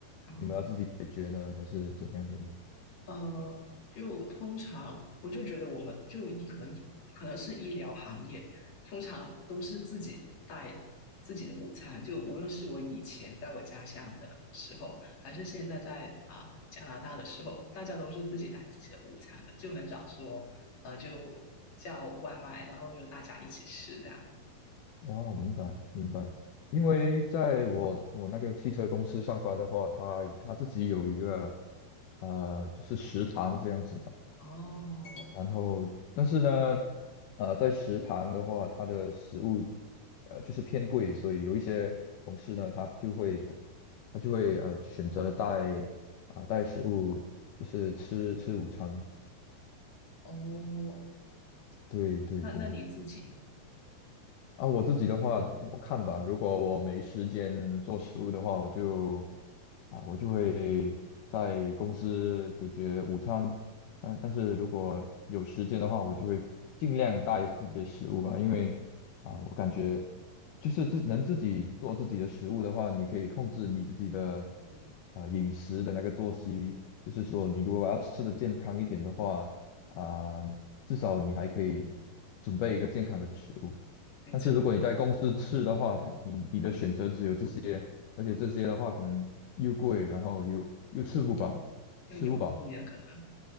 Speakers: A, on the left; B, on the left.
A: 哦。
B: 你们要自己解决呢？还是怎样的呢
A: 呃，就通常我就觉得我们就医可能可能是医疗行业，通常都是自己带自己的午餐。就无论是我以前在我家乡的时候，还是现在在啊、加拿大的时候，大家都是自己带自己的午餐的，就很少说呃就叫外卖，然后就大家一起吃这样。
B: 哦，明白明白。
A: 嗯，
B: 因为在我我那个汽车公司上班的话，他他自己有一个呃就是食堂这样子。吧。
A: 哦
B: 然后，但是呢，呃，在食堂的话，它的食物呃就是偏贵，所以有一些同事呢，他就会他就会呃选择带啊、带食物，就是吃吃午餐。
A: 哦，
B: 对对对，
A: 那那你自己呢？
B: 啊，我自己的话，我看吧。如果我没时间做食物的话，我就啊，我就会在公司解决午餐。但但是如果有时间的话，我就会尽量带自己的食物吧，因为啊，我感觉就是自能自己做自己的食物的话，你可以控制你自己的
A: 嗯，
B: 啊饮食的那个作息。就是说，
A: 嗯
B: 你如果要吃的健康一点的话，啊，至少你还可以准备一个健康的食物。
A: 没错，
B: 但是如果你在公司吃的话，它你你的选择只有这些，而且这些的话可能又贵，然后又又吃不饱，
A: 又油腻了可能。
B: 吃不饱。